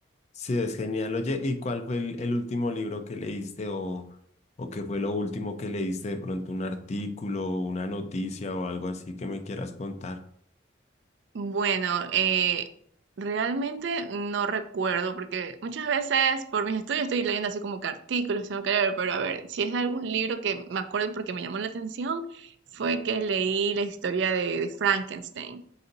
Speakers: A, on the left; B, on the right.
A: Sí, es genial. Oye, ¿y cuál fue el, el último libro que leíste o, o qué fue lo último que leíste? De pronto un artículo, una noticia o algo así que me quieras contar.
B: Bueno, eh, realmente no recuerdo, porque muchas veces por mis estudios estoy leyendo así como que artículos, tengo que leer, pero a ver, si es algún libro que me acuerdo porque me llamó la atención, fue que leí la historia de, de Frankenstein,